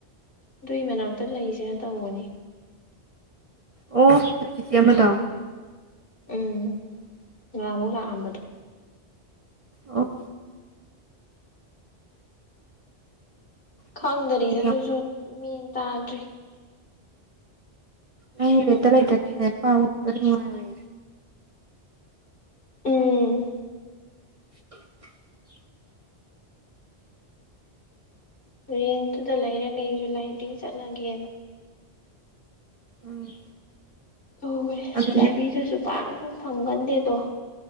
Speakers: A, on the left; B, on the right.
A: ꯑꯗꯨꯏ ꯃꯅꯥꯛꯇ ꯂꯩꯁꯤꯔꯥ ꯇꯧꯕꯅꯤ
B: ꯑꯣ ꯅꯣꯏꯆꯤꯆꯦ ꯑꯃꯗꯣ
A: ꯎꯝ ꯉꯔꯥꯡꯃꯨꯛ ꯂꯥꯛꯑꯝꯕꯗꯣ
B: ꯑꯣ
A: ꯈꯪꯗꯔꯤꯗ
B: ꯐꯩ ꯐꯩ ꯌꯦꯡꯉꯣ
A: ꯑꯗꯨꯁꯨ ꯃꯦꯟ ꯇꯥꯗ꯭ꯔꯤ
B: <unintelligible>
A: ꯎꯝ
B: <inaudible>
A: <unintelligible>
B: <inaudible>
A: ꯇꯧꯒꯔꯦ
B: ꯑꯗꯨ
A: ꯂꯥꯏꯕ꯭ꯔꯦꯔꯤꯗꯃꯗꯨꯁꯨ
B: ꯌꯨꯝ
A: ꯄꯥꯛꯅ ꯁꯨꯝ ꯐꯪꯒꯟꯗꯦꯗꯣ